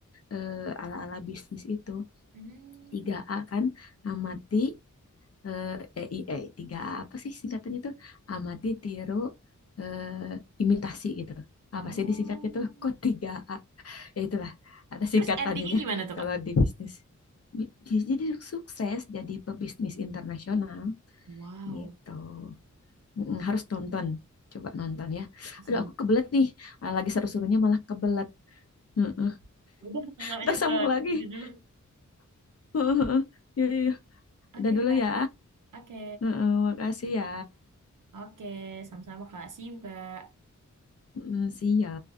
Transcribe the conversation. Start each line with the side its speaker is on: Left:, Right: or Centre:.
Left: eh, ala-ala bisnis itu.
Right: Hmm.
Left: tiga a kan, amati eh eh, eh, 3A apa sih singkatannya tuh? Amati, tiru, eh, imitasi gitu.
Right: Oh.
Left: Apa sih disingkatnya tuh? Kok tiga a ya itulah ada
Right: Terus
Left: singkatannya
Right: endingnya
Left: <laughs>
Right: gimana tuh
Left: kalau
Right: Kak?
Left: di bisnis Bi- jadi sukses jadi pebisnis internasional
Right: Wow.
Left: gitu Mm, harus nonton coba nonton ya
Right: Siap.
Left: aduh aku kebelet nih Ah, lagi seru-serunya malah kebelet Heeh.
Right: Udah kakaknya
Left: Ntar sambung
Right: ke
Left: lagi
Right: itu dulu.
Left: <laughs> Heeh. ya, ya, ya. udah
Right: Oke
Left: dulu
Right: Kak.
Left: ya
Right: Oke.
Left: Heeh, makasih ya
Right: Oke. Sama-sama Kak. See you Kak.
Left: Heeh, see ya